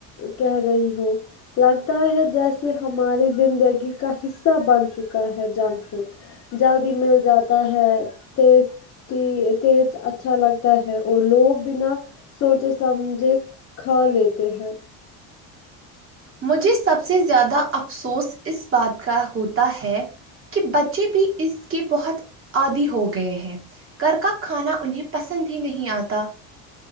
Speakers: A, on the left (about 40°); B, on the right (about 30°).
A: کہہ رہی ہوں لگتا ہے جیسے ہماری زندگی کا حصہ بن چکا ہے جنگ فوڈ جلدی مل جاتا ہے تیز ت ٹیسٹ اچھا لگتا ہے اور لوگ بنا سوچے سمجھے کھا لیتے ہیں
B: مجھے سب سے زیادہ افسوس اس بات کا ہوتا ہے کہ بچے بھی اس کے بہت عادی ہو گئے ہیں گھر کا کھانا انہیں پسند ہی نہیں آتا